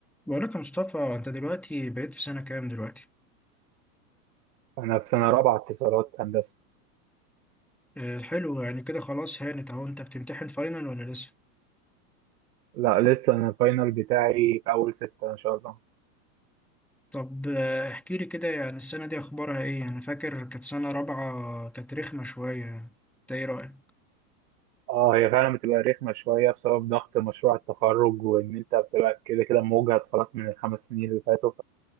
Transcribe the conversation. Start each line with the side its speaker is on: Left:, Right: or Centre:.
Centre: بقولك يا مصطفى انت دلوقتي بقيت في سنة كام دلوقتي؟
Right: أنا في سنة رابعة اتصالات هندسة
Centre: آه، حلو يعني كده خلاص هانت اهو انت بتمتحن فاينل ولا لسه؟
Right: لا لسه أنا الفاينل بتاعي في أول ستة إن شاء الله
Centre: طب آه، احكيلي كده يعني السنة دي اخبارها ايه؟ يعني انا فاكر كانت سنة رابعة كانت رخمة شوية يعني. انت ايه رأيك؟
Right: أه هي فعلا بتبقى رخمة شوية بسبب ضغط مشروع التخرج وإن أنت بتبقى كده كده موجهد خلاص من الخمس سنين اللي فاتوا